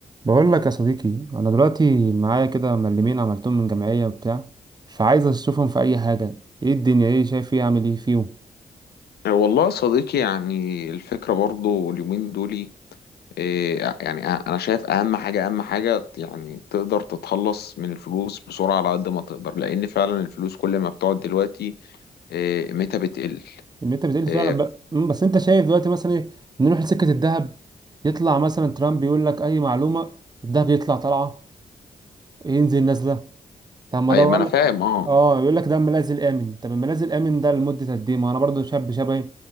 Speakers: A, on the right (about 25°); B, on the left (about 85°).
A: بقول لك يا صديقي انا دلوقتي معايا كده ملمين عملتهم من جمعيه وبتاع فعايز اشوفهم في اي حاجه ايه الدنيا ايه شايف ايه اعمل ايه فيهم
B: والله يا صديقي يعني الفكرة برضو اليومين دولي إيه، يعني أنا شايف أهم حاجة أهم حاجة يعني تقدر تتخلص من الفلوس بسرعة على قد ما تقدر لأن فعلا الفلوس كل ما بتقعد دلوقتي إيه، قيمتها بتقل
A: ان انت بتقول لي
B: إيه،
A: فعلا بقى مم، بس انت شايف دلوقتي مثلا ايه نروح لسكه الذهب يطلع مثلا ترامب يقول لك اي معلومه الذهب يطلع طالعه ينزل نازله طب ما
B: أي
A: ده بقول
B: ما أنا
A: لك
B: فاهم أه
A: اه يقول لك ده الملاذ الامن طب الملاذ الامن ده لمده قد ايه ما انا برضو شاب شبهي